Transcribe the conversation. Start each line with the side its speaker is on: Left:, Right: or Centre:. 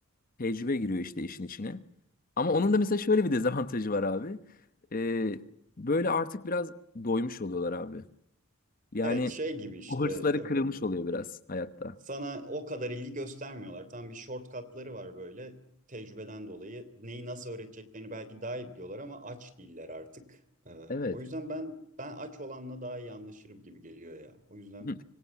Left: Tecrübe giriyor işte işin içine. Ama
Right: Aynen.
Left: onun da mesela şöyle bir dezavantajı var abi. Ee, böyle artık biraz doymuş oluyorlar abi. Yani
Right: Evet şey gibi işte
Left: o hırsları
Right: e,
Left: kırılmış oluyor biraz hayatta.
Right: sana o kadar ilgi göstermiyorlar. Tam bir shortcutları var böyle tecrübeden dolayı. Neyi nasıl öğreteceklerini belki daha iyi biliyorlar ama aç değiller artık. Ee,
Left: Evet.
Right: o yüzden ben ben aç olanla daha iyi anlaşırım gibi geliyor ya. O yüzden
Left: Hı,